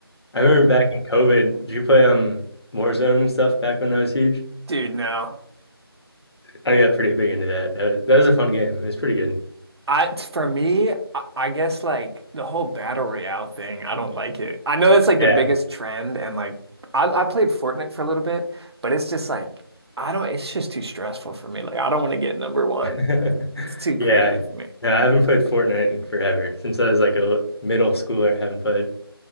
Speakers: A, on the left; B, on the right.
A: I remember back in COVID, did you play um Warzone and stuff back when that was huge?
B: <laughs> Dude, no.
A: I got pretty big into that. That was, that was a fun game. It's pretty good.
B: I for me, I, I guess like the whole battle royale thing, I don't like it. I know that's like
A: Yeah.
B: the biggest trend, and like I, I played Fortnite for a little bit, but it's just like I don't. It's just too stressful for me. Like I don't want to get number one.
A: <laughs>
B: It's, it's too
A: Yeah.
B: crazy for me,
A: No, I haven't played Fortnite in forever. Since I was like a middle schooler, I haven't played